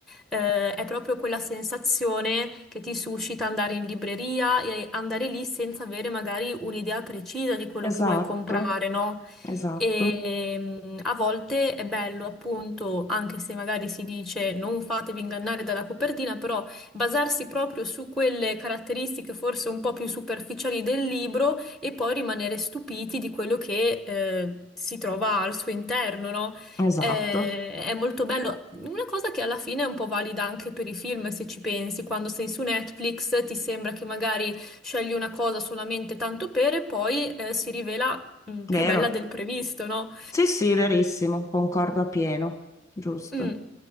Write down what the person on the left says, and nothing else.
esatto,
esatto,
esatto.
Vero?
Sì, sì, verissimo, concordo appieno, giusto.